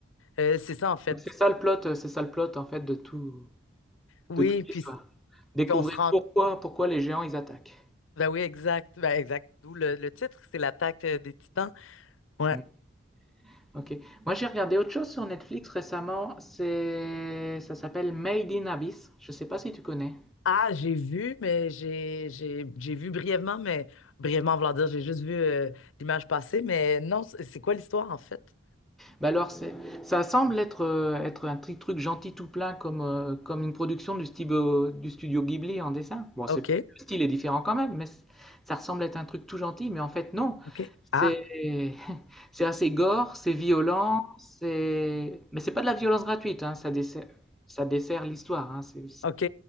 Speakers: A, on the left; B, in the centre.
A: Euh, c'est ça, en fait.
B: Donc c'est ça le plot, euh, c'est ça le plot en fait de tout,
A: Oui,
B: de toute
A: puis,
B: l'histoire. Découvrir
A: puis on se rend...
B: pourquoi, pourquoi les géants ils attaquent.
A: Ben oui, exact. Ben exact. D'où le, le titre, c'est l'attaque euh, des Titans. Ouais.
B: Mm. Ok. Moi j'ai regardé autre chose sur Netflix récemment, c'est, ça s'appelle Made in Abyss. Je sais pas si tu connais.
A: Ah, j'ai vu, mais j'ai j'ai j'ai vu brièvement, mais brièvement, vouloir dire, j'ai juste vu euh, l'image passer, mais non, c'est c'est quoi l'histoire, en fait?
B: Bah alors, c'est, ça semble être, euh, être un petit truc gentil tout plein comme, euh, comme une production du, stylo- du studio Ghibli en dessin. Bon, c'est,
A: OK.
B: le style est différent quand même, mais c- ça ressemble être un truc tout gentil, mais en fait, non.
A: Ok.
B: C'est,
A: Ah,
B: <laughs> c'est assez gore, c'est violent, c'est, mais c'est pas de la violence gratuite, hein, ça dessert, ça dessert l'histoire, hein, c'est,
A: ok,